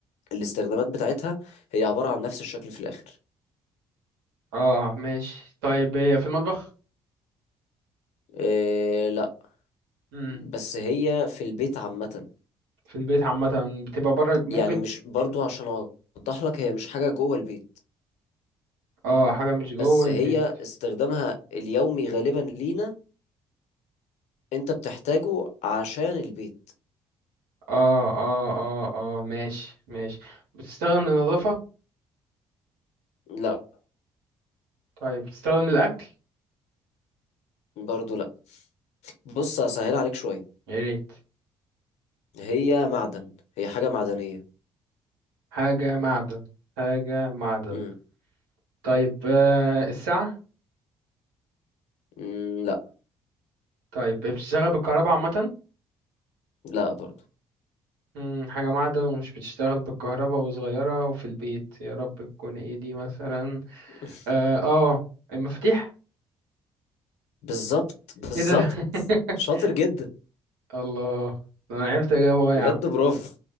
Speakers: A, on the left; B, on the right.
A: الاستخدامات بتاعتها هي عبارة عن نفس الشكل في الاخر
B: اه ماشي طيب هي في المطبخ
A: إيه لا
B: امم
A: بس هي في البيت عامة
B: في البيت عامه بتبقى بره ممكن
A: يعني مش برضو
B: مم.
A: عشان اوضح لك هي مش حاجة جوه البيت
B: اه حاجه مش جوه
A: بس
B: البيت
A: هي استخدامها اليومي غالبا لينا انت بتحتاجه عشان البيت
B: اه اه اه اه ماشي ماشي بتستخدم للنظافه
A: لا
B: طيب تستخدم الأكل
A: برضو لا بص هسهل عليك شوية
B: يا ريت
A: هي معدن هي حاجة معدنية
B: حاجة معدن حاجة معدن
A: مم.
B: طيب آه الساعة
A: مم. لا
B: طيب بتشتغل بالكهرباء عامة
A: لا برضو
B: مم، حاجة معدن ومش بتشتغل بالكهرباء وصغيرة وفي البيت يا رب تكون ايه دي مثلا
A: <laughs>
B: اه آه، المفاتيح
A: بالظبط بالظبط
B: ايه ده
A: شاطر
B: <laughs>
A: جدا
B: الله ده انا عرفت اجاوب أهو
A: بجد
B: يا عم
A: برافو